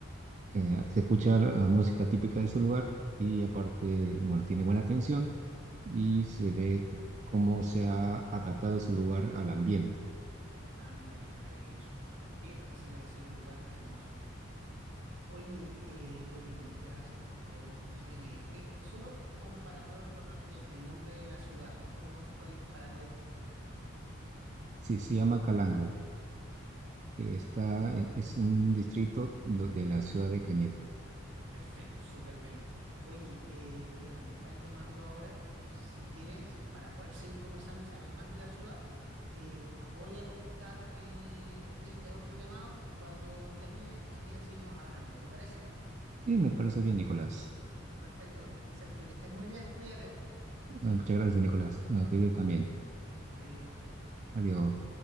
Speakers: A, on the right; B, on the right.
A: eh, se escucha la música típica de ese lugar y aparte, bueno, tiene buena atención y
B: Ujú.
A: se ve cómo se ha adaptado ese lugar al ambiente.
B: Ah, mira, qué maravilloso. ¿Qué? Entonces debe ser un lugar hermoso. Oye, eh, oye, muchas gracias por todos los tips que me diste. Solo como para poder recordar bien el nombre de la ciudad, cómo, es- cuál- para poder...
A: Sí, se llama Calango. Está, e- es un distrito lo- de la ciudad de Cañete.
B: Perfecto, súper bien. Oye, eh, mira, me están llamando ahora. Si quieres, para poder seguir conversando y saber más de la ciudad, eh, voy a contestar el, este eh, otro llamado y cuando termine, si quieres, seguimos hablando. ¿Te parece?
A: Sí, me parece bien, Nicolás.
B: Perfecto, Sergio, que estés muy bien. Cuídate.
A: Ah, Muchas gracias, Nicolás. Ah, Cuídate también.
B: Adiós.
A: Adiós.